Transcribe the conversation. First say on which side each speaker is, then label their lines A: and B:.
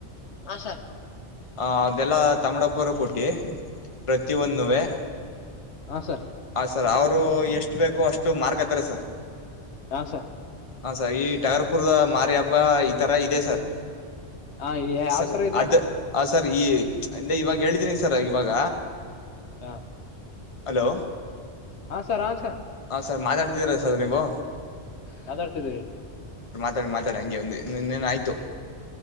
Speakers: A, on the left; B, on the left.
A: ಆಸ
B: ಹ ಅದೆಲ್ಲ ತಮಡಪುರ ಕೊಟ್ಟಿ ಪ್ರತಿಯ ಒಂದುುವೇ
A: ಹಾ ಸರ್
B: ಸರ್ ಅವರು ಎಷ್ಟು ಬೇಕೋ ಅಷ್ಟು ಮಾರ್ಕ್ ಹತ್ತಾರೆ ಸರ್
A: ಹಸ
B: ಹಾ ಸರ್ ಈ ಟಾಗರ್ಪುರ್ದ ಮಾರಿ ಹಬ್ಬ ಈ ತರ ಇದೆ ಸರ್
A: ಹಾ ಯಾವ
B: ಸರ್
A: ತರ ಇದೆ
B: ಅದ ಹ ಸರ್ ಈ ಇವಾಗ ಹೇಳಿದ್ದೀನಿ ಸರ್ ಇವಾಗ
A: ಹಾ
B: ಹಲೋ
A: ಹಾ ಸರ್ ಹ ಸರ್
B: ಹಾ ಸರ್ ಮಾತಾಡ್ತಿದರ ಸರ್ ನೀವು
A: ಮಾತಾಡ್ತಿದಿನಿ
B: ಮಾತಾ ಮಾತಾಡ <unintelligible> ಹಂಗೆ ಒಂದು ಆಯ್ತು